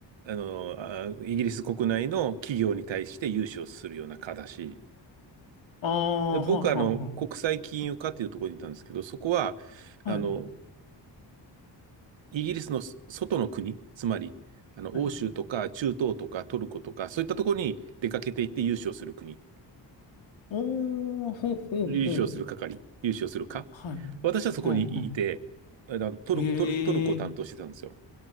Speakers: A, on the right; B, on the left.
A: あのーあイギリス国内の企業に対して融資をするような課だし、
B: ああ、
A: で、僕はあの、
B: はあ、はあ、は
A: 国際金融課っていうところにいたんですけど、そこは、
B: あ。
A: あの、
B: はい、
A: イギリスの外の国、つまり、あの、
B: はい。
A: 欧州とか中東とかトルコとか、そういったところに出かけていって優勝する国、
B: おー、ほうほうほう。
A: 優勝する係、優勝するか。
B: はい。
A: 私はそこにいて、
B: ふんふん。
A: あの、トル、
B: へ
A: トル、トルコを担当してたんですよ。
B: え。